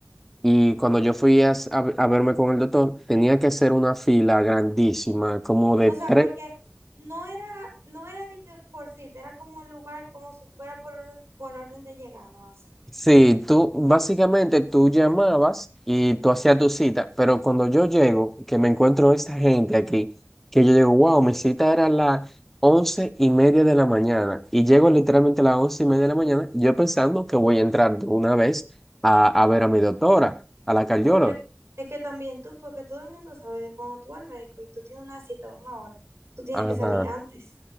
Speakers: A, in the centre; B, on the right (about 80°).
A: y cuando yo fui a, s- a- a verme con el doctor, tenía que hacer una fila grandísima, como de
B: O
A: tres.
B: sea, porque no era, no era de que por cita, era como un lugar como si fuera por, or- por orden de llegada o así.
A: Sí, tú básicamente tú llamabas y tú hacías tu cita, pero cuando yo llego, que me encuentro esta gente aquí, que yo digo, wow, mi cita era a las once y media de la mañana y llego literalmente a las once y media de la mañana, yo pensando que voy a entrar de una vez a, a ver a mi doctora, a la cardióloga.
B: No, pero es que también tú, porque todo el mundo sabe que cuando tú vas al médico y tú tienes una cita a una hora, tú tienes
A: Ajá.
B: que salir antes.